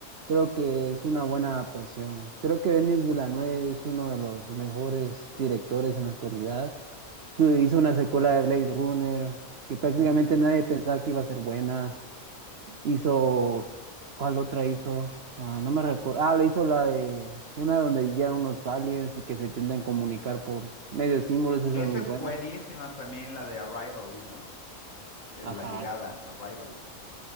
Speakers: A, on the right; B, on the left.
A: creo que es una buena adaptación. Creo que Denis Villeneuve es uno de los mejores directores en la actualidad. Tu- hizo una secuela de Blade Runner que prácticamente
B: Ujú.
A: nadie pensaba que iba a ser buena. Hizo, ¿cuál otra hizo? Ah, no me recuerdo. Ah, le hizo la de una donde ya unos aliens y que se intentan comunicar por medio de símbolos, esa
B: Esa
A: es muy
B: es
A: buena.
B: buenísima también, la de Arrival, ¿no? Eh,
A: Ajá.
B: la llegada, Arrival.